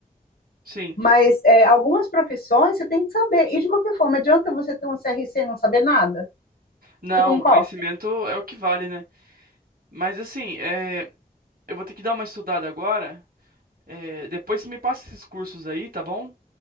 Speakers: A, on the right; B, on the left.
A: sim.
B: Mas é, algumas profissões você tem que saber. E de qualquer forma, adianta você ter um CRC e não saber nada?
A: Não,
B: Você concorda?
A: o conhecimento é o que vale, né? Mas assim, é, eu vou ter que dar uma estudada agora. É, depois você me passa esses cursos aí, tá bom?